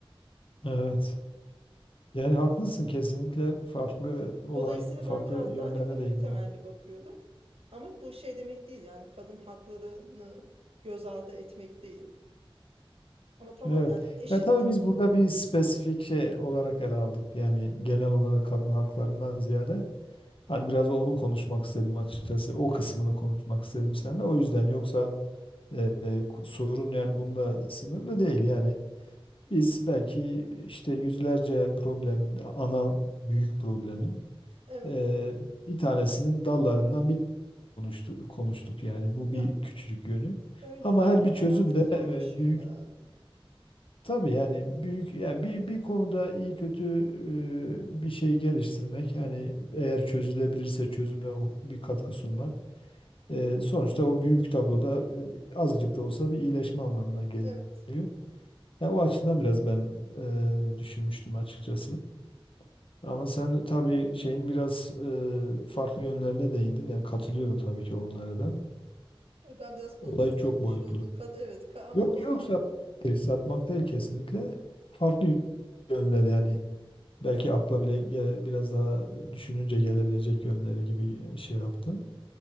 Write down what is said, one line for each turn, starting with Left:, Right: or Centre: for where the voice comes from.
Left: Evet. Yani haklısın kesinlikle farklı olayın
Right: Dolayısıyla
Left: farklı
Right: ben biraz
Left: yönlerine
Right: daha ekonomik
Left: değindin.
Right: temelli bakıyorum. Ama bu şey demek değil yani kadın haklarını göz ardı etmek değil. Ama tamam
Left: Evet.
Right: yani eşitlik
Left: Ya tabii biz burada bir spesifik şey olarak ele aldık. Yani genel olarak kadın haklarından ziyade hani biraz onu konuşmak istedim açıkçası. O
Right: evet
Left: kısmını konuşmak istedim seninle. O yüzden yoksa e, e, ku- sorun yani bununla sınırlı değil. Yani biz belki işte yüzlerce problemin ana büyük problemin
Right: evet
Left: e, bir tanesinin dallarından bir konuştuk, konuştuk yani bu bir
Right: ya
Left: küçücük yönü.
Right: öyle
Left: Ama
Right: aile
Left: her bir
Right: hayatı
Left: çözüm de
Right: zorlaşıyor
Left: e, büyük
Right: herhalde.
Left: Tabii yani büyük yani bir bir konuda iyi kötü e, bir şey geliştirmek hani
Right: Hı,
Left: eğer çözülebilirse çözümle o- bir katkı sunmak e, sonuçta o büyük tabloda e, bir- azıcık da olsa bir iyileşme anlamına geliyor.
Right: Evet.
Left: Ya o açıdan biraz ben e, düşünmüştüm açıkçası. Ama sen tabii şeyin biraz e, farklı yönlerine değindin. Yani katılıyorum tabii ki onlara da.
Right: Ben biraz konudan
Left: Olay
Right: sapmış
Left: çok boyutlu.
Right: oldum. Kad evet ka- ama
Left: Yok
Right: normal.
Left: yok sapmak değil, sapmak değil kesinlikle. Farklı yönleri yani Belki akla bile gele- biraz daha düşününce gelebilecek yönleri gibi şey yaptın.